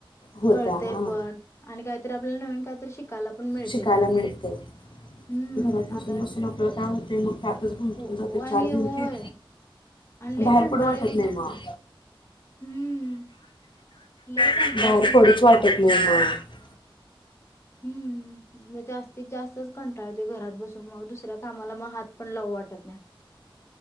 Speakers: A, on the left (about 60°); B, on the left (about 30°).
A: होत्या
B: कळतंय
A: हां
B: पण आणि काहीतरी आपल्याला नवीन काहीतरी शिकायला पण मिळते
A: शिकायला
B: त्यातून
A: मिळते.
B: हम्म
A: घरात बसून
B: आता
A: बसून आपल्या काय होते? मग त्यातच गुंतून
B: हो
A: जातोय
B: हो, आणि
A: चार भिंतीत
B: होय आणि लय
A: बाहेर
B: कंटाळ
A: पडू वाटत
B: येऊन जातोय
A: नाही मग.
B: हम्म लय कंटाळा
A: बाहेर
B: येऊन
A: पडूच
B: जातोय
A: वाटत
B: त्या गोष्टीचा.
A: नाही मग
B: हम्म म जास्तीत जास्तच कंटाळते घरात बसून, मग दुसऱ्या कामाला मग हात पण लावू वाटत नाही.